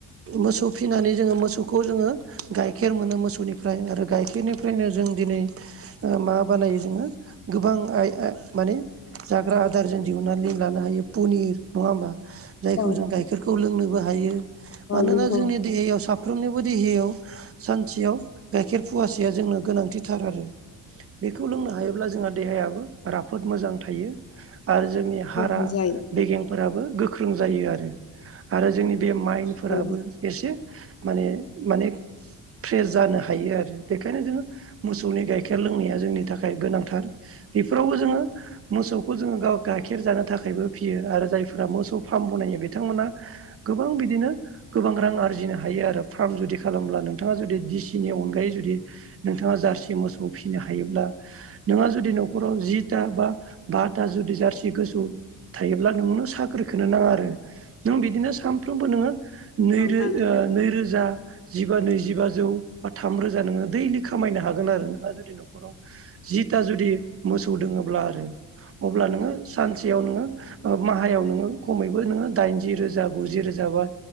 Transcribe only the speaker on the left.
औ
नंगौ
गोहो जायो
औ
औ नाङो